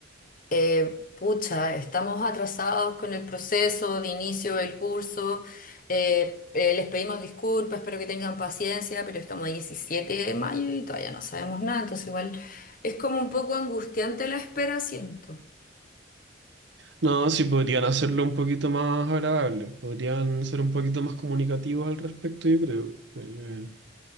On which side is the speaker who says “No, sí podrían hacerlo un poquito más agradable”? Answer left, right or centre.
Right